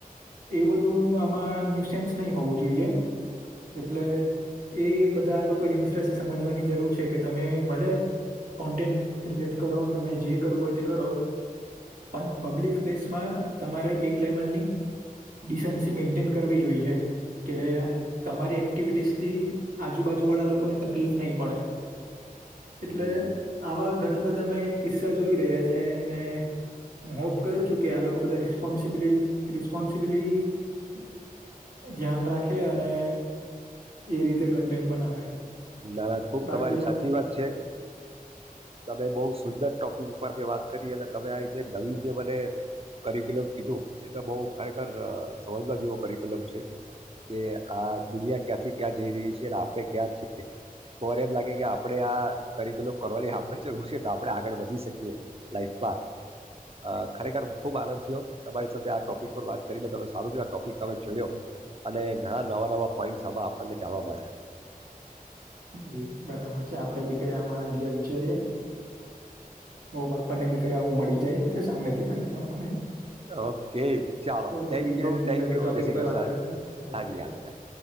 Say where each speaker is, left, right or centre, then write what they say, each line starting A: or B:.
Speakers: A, on the right; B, on the right.
A: એવું બધું આમાં ન્યુસેન્સ નહી હોવું જોઈએ. એટલે એ બધા લોકો યંગસ્ટર્સે સમજવાની જરૂર છે કે તમે ભલે કોન્ટેન્ટ ક્રિએટ કરો તમે જે કરવું હોય તે કરો પણ પબ્લિક પ્લેસમાં તમારે એક લેવલની ડિસન્સી મેન્ટેન કરવી જોઈએ કે તમારી એક્ટિવિટીઝથી આજુબાજુવાળા લોકોને તકલીફ નહીં, પડે
B: હમ,
A: એટલે આવા ઘણા બધા મેં કિસ્સા જોઈ રહ્યા છે અને, ને હું હોપ કરું છું કે આ લોકો બધા રિસ્પોન્સિબિલ રિસ્પોન્સિબિલિટી ધ્યાન રાખે અને એ રીતે કન્ટેન્ટ બનાવે.
B: ના ના ખુબ
A: બાકી
B: તમારી
A: આ
B: સાચી વાત છે, તમે બહ સુંદર ટોપિક જે વાત કરી એટલે તમે આ નવી જે મને કરિકુલમ કીધું એ તો બ ખરેખર સમજવા જેવો કરિક્યુલમ છે, કે આ દુનિયા ક્યાંથી ક્યાં જઈ રહી છે અને આપણે ક્યાં છ તો વાર એમ લાગે કે આપણે આ કરિકુલમ કરવાની આપણે ઋષિએ તો આપણે આગળ વધી શકીએ, લાઈફમાં ખરેખર ખૂબ આનંદ થયો તમારી સાથે આ ટોપિક પર વાત કરીને તમે સારું થું આ ટોપિક તમે છેડ્યો અને ઘણા નવા નવા પોઈન્ટસમાં આપણને જાણવા મળ્યા.
A: એ બરાબર છે આપડે બી કઈ આમાં આઈડિયા વિચારીએ, હો બાપણ ને બી કઈ આવું મળી જાય. તો સામેથી પૈસા મળે
B: ઓકે ચાલો
A: okay
B: thank
A: till
B: you
A: then બીજા
B: thank
A: કોઈ
B: યુ
A: ટોપિક
B: જય શ્રી
A: પર
B: ક
A: વાત કરશું
B: હા
A: ઓકે
B: જ હા હા.